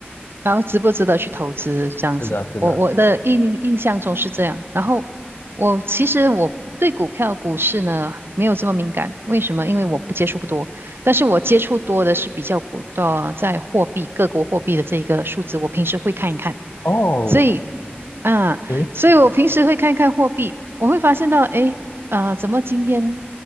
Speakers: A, on the right; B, on the left.
A: 然后值不值得去投资这样子？
B: 是的，是的。
A: 我我的印印象中是这样。然后我其实我对股票、股市呢没有这么敏感，为什么？因为我不接触不多，但是我接触多的是比较股的在货币各国货币的这一个数字，我平时会看一看。
B: 哦，
A: 所以啊，
B: 诶，
A: 所以我平时会看一看货币，我会发现到，诶，呃，怎么今天